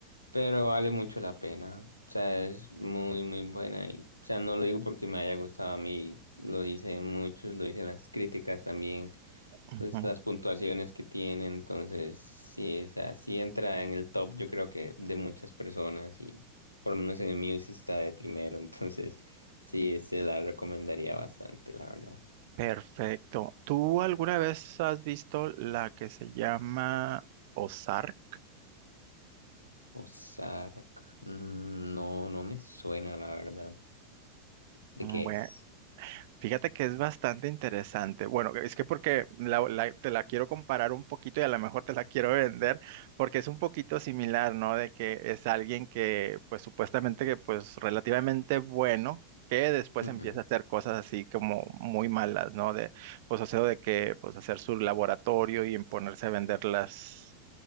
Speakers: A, on the left (about 80°); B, on the right (about 50°).
A: pero vale mucho la pena. O sea, es muy, muy buena y, o sea, no lo digo porque me haya gustado a mí, lo dicen muchos, lo dicen las críticas también.
B: Ujú.
A: pues, las puntuaciones que tiene, entonces sí, o sea, sí entra en el top, yo creo que de muchas personas y por lo menos en el mío sí está de primero, <laughs> entonces sí, se la recomendaría bastante, la verdad.
B: Perfecto. ¿Tú alguna vez has visto la que se llama Ozark?
A: Ozark, mm, no, no me suena, la verdad. ¿De qué
B: Bueno.
A: es?
B: Fíjate que es bastante interesante. Bueno, es que porque la- la- te la quiero comparar un poquito y a lo mejor te la quiero vender porque es un poquito similar, ¿no? De que es alguien que pues supuestamente que pues relativamente bueno, que después
A: Ujú,
B: empieza a hacer cosas así como muy malas, ¿no? De pues hacer de que pues hacer su laboratorio y en ponerse a venderlas